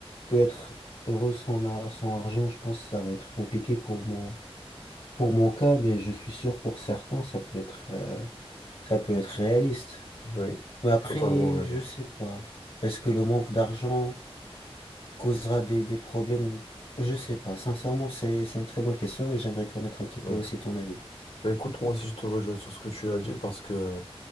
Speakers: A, on the left; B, on the left.
A: que être heureux sans, a- sans argent, je pense que ça va être compliqué pour mon, pour mon cas, mais je suis sûr pour certains, ça peut être, euh, ça peut être réaliste.
B: Oui.
A: Mais après,
B: Totalement raison.
A: je sais pas. Est-ce que le manque d'argent causera des, des problèmes? Je sais pas. Sincèrement, c'est, c'est une très bonne question et j'aimerais connaître un petit peu
B: Ouais.
A: aussi ton avis.
B: Bah, écoute, moi aussi, je te rejoins sur ce que tu as dit parce que